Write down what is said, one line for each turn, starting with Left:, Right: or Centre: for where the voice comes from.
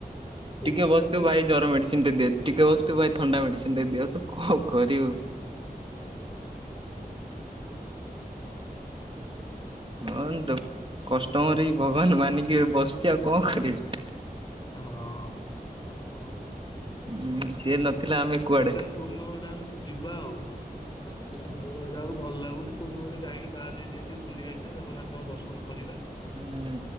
Left: ଦୋକାନ
Right: ଟିକେ ବସିଥିବୁ ଭାଇ
Left: କଣ
Right: ଜର ମେଡ଼ିସି ନ୍ଟେ ଦିଅ ଟିକେ ବସ୍ତୁ ଭାଇ ଥଣ୍ଡା ମେଡିସିନଟେ ଦିଅ ତୁ କଣ କରିବୁ।
Left: ଓହୋ।
Right: ହଁ ତ କଷ୍ଟମର ହି ଭଗବାନ୍ ମାନିକି ବସିଚି ଆଉ କଣ କରିବି।
Left: ହଁ କଷ୍ଟମର ତ ଭଗବାନ୍।
Right: ହୁଁ ସିଏ ନଥିଲେ ଆମେ କୁଆଡେ।
Left: ପୁନ ଗୋଟେ ଆମେ ଯିବା ଆଉ। ଆ ଗାଁରେ ରହିଲାକୁ ଭଲ ଲାଗୁନି କୋଉ ଦିନ ଗୋଟେ ଯାଇକି ବାହା ଯ ଟିକେ ବୁଲିକ ଆସିବା ଜଗନ୍ନାଥଙ୍କ ଦର୍ଶନ କରିବା।
Right: ହୁଁ!